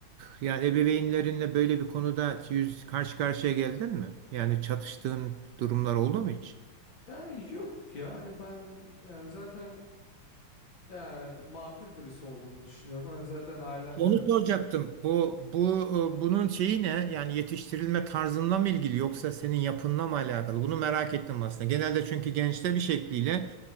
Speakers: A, on the right (about 70°); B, on the left (about 65°).
A: e, yani ebeveynlerinle böyle bir konuda yüz karşı karşıya geldin mi? Yani çatıştığın durumlar oldu mu hiç?
B: Yani yok yani ben yani zaten yani makul birisi olduğumu düşünüyorum. Hani zaten ailem
A: Onu
B: de hani
A: soracaktım. Bu bu e, bunun şeyi ne? Yani yetiştirilme tarzınla mı ilgili yoksa senin yapınla mı alakalı? Bunu merak ettim aslında. Genelde çünkü gençler bir şekliyle